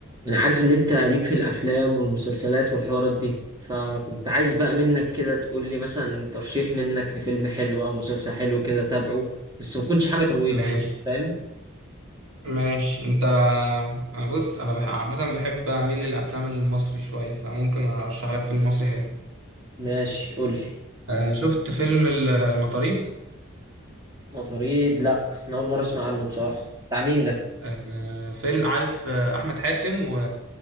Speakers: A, on the right (about 20°); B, on the right (about 80°).
A: انا عارف ان انت ليك في الافلام والمسلسلات والحوارات دي فكنت عايز بقى منك كده تقول لي مثلا ترشيح منك لفيلم حلو او مسلسل حلو كده تابعه بس ما تكونش حاجة طويلة
B: ماشي
A: يعني فاهم
B: ماشي انت انا بص انا بح... عادة بحب اميل للافلام المصري شوية فممكن ارشح لك فيلم مصري حلو
A: ماشي قول لي
B: آه شفت فيلم ال- المطاريد
A: مطاريد لا انا اول مرة اسمع عنه بصراحة بتاع مين ده
B: آه فيلم عارف آه احمد حاتم و...